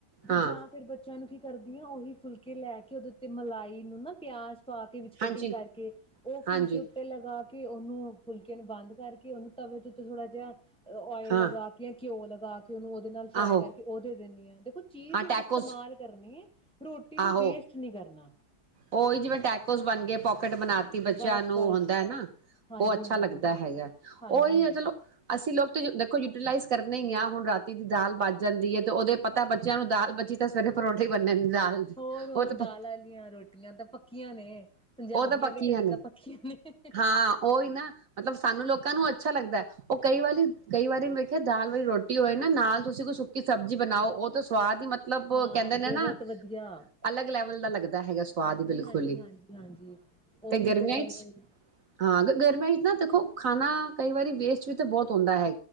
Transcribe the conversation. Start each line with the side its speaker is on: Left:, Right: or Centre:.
Centre: ਤੇ
Right: ਹਾਂ
Centre: ਜਾਂ ਫਿਰ ਬੱਚਿਆਂ ਨੂੰ ਕੀ ਕਰਦੀ ਆ ਉਹੀ ਫੁਲਕੇ ਲੈ ਕੇ ਉਹਦੇ ਉੱਤੇ ਮਲਾਈ ਨੂੰ ਨਾ ਪਿਆਜ਼ ਪਾ ਕੇ ਵਿੱਚ
Right: ਹਾਂਜੀ
Centre: ਕਟਿੰਗ ਕਰਕੇ, ਉਹ
Right: ਹਾਂਜੀ
Centre: ਫੁਲਕੇ ਉੱਤੇ ਲਗਾ ਕੇ ਉਹਨੂੰ ਫੁਲ ਕੇ ਨੂੰ ਬੰਦ ਕਰਕੇ ਉਹਨੂੰ ਤਵੇ ਦੇ ਉੱਤੇ ਥੋੜ੍ਹਾ ਜਿਹਾ ਔਇਲ
Right: ਹਾਂ
Centre: ਲਗਾ ਕੇ ਘਿਉ ਲਗਾ ਕੇ ਉਹਨੂੰ ਉਹਦੇ ਨਾਲ ਫਰਾਏ
Right: ਆਹੋ
Centre: ਕਰਕੇ ਉਹ ਦੇ ਦਿੰਨੀ ਆ। ਉਹ ਚੀਜ਼
Right: ਹਾਂ ਟੈਕੋਸ
Centre: ਇਸਤੇਮਾਲ ਕਰਨੀ ਏ ਰੋਟੀ ਨੂੰ
Right: ਆਹੋ
Centre: ਵੇਸਟ ਨਹੀ ਕਰਨਾ।
Right: ਉਹੀ ਜਿਵੇਂ ਟੈਕੋਸ ਬਣ ਗਏ ਪੋਕਟ ਬਣਾਤੀ ਬੱਚਿਆਂ
Centre: ਬਸ
Right: ਨੂੰ
Centre: ਬਸ
Right: ਹੁੰਦਾ ਨਾ,
Centre: ਹਾਂਜੀ
Right: ਉਹ ਅੱਛਾ
Centre: ਹਾਂਜੀ
Right: ਲੱਗਦਾ ਹੈਗਾ।
Centre: ਹਾਂਜੀ
Right: ਉਹੀ
Centre: ਹਾਂਜੀ
Right: ਹੈ ਚਲੋ ਅਸੀਂ ਲੋਕ ਦੇਖੋ ਯੂਟੀਲਾਈਜ਼ ਕਰਨੇ ਈ ਆ। ਹੁਣ ਰਾਤੀ ਦੀ ਦਾਲ ਬਚ ਜਾਂਦੀ ਏ ਤੇ ਉਹਦੇ ਪਤਾ ਬੱਚਾ ਬੱਚਿਆਂ ਨੂੰ ਦਾਲ ਬਚੀ ਤਾਂ ਸਵੇਰੇ ਪਰੋਠੇ ਈ ਬਨਨੇ ਨੇ। ਦਾਲ,
Centre: ਹੋਰ ਹੋਰ
Right: ਉਹ ਤਾਂ
Centre: ਦਾਲ
Right: ਪੱਕ,
Centre: ਵਾਲੀਆਂ ਰੋਟੀਆਂ ਤਾਂ ਪੱਕੀਆਂ ਨੇ ਪੰਜਾਬੀਆਂ
Right: ਉਹ ਤਾਂ ਪੱਕੀਆ
Centre: ਦੇ ਘਰੇ
Right: ਨੇ
Centre: ਤਾਂ ਪੱਕੀਆਂ ਨੇ
Right: ਹਾਂ ਉਹੀ ਨਾ ਮਤਲਬ ਸਾਨੂੰ ਲੋਕਾਂ ਨੂੰ ਅੱਛਾ ਲੱਗਦਾ। ਉਹ ਕਈ ਵਾਲੀ ਉਹ ਕਈ ਵਾਰੀ ਵੇਖਿਆ ਦਾਲ ਵਾਲੀ ਰੋਟੀ ਹੋਏ ਨਾ ਨਾਲ ਤੁਸੀਂ ਕੋਈ ਸੁੱਕੀ ਸਬਜ਼ੀ ਬਣਾਓ ਸਵਾਦ ਹੀ ਮਤਲਬ
Centre: ਹਾਂ
Right: ਕਹਿੰਦੇ ਨੇ
Centre: ਬਹੁਤ
Right: ਨਾ,
Centre: ਵਧੀਆ
Right: ਅਲੱਗ ਲੈਵਲ ਦਾ ਲੱਗਦਾ ਹੈਗਾ ਸਵਾਦ
Centre: ਹਾਂਜੀ
Right: ਹੀ ਬਿਲਕੁਲ
Centre: ਹਾਂਜੀ
Right: ਹੀ,
Centre: ਹਾਂਜੀ ਹਾਂਜੀ ਉਹੀ
Right: ਤੇ ਗਰਮੀਆਂ
Centre: ਗੱਲ
Right: 'ਚ,
Centre: ਹੈ।
Right: ਹਾਂ ਗਰਮੀਆਂ ਵਿੱਚ ਨਾ ਦੇਖੋ ਖਾਣਾ ਕਈ ਵਾਰੀ ਵੇਸਟ ਵੀ ਤਾਂ ਬਹੁਤ ਹੁੰਦਾ ਹੈ